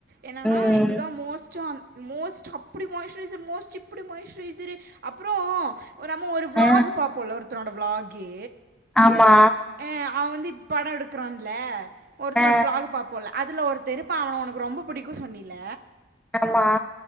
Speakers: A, on the right; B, in the centre.
A: என்னன்னா
B: ம்.
A: இதுதா மோஸ்ட்டும் மோஸ்ட் அப்படி மாய்ஸ்ரைசர் மோஸ்ட் இப்படி மாய்ஸ்ரைசரு அப்புறோ நம்ம ஒரு விளாக்
B: ஆ.
A: பாப்போம்ல ஒருத்தனோட விளாகு
B: ஆமா
A: எ அவ வந்து இப்ப படம் எடுக்கிறான்ல ஒருத்தனோட
B: ஆ.
A: விளாக் பாப்போம்ல அதில ஒருத்த இருப்பா அவன உனக்கு ரொம்ப புடிக்கும் சொன்னில
B: ஆமா